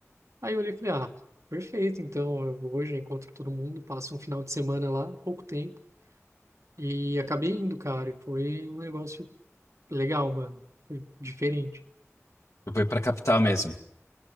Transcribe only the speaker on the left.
Eu fui pra capital mesmo.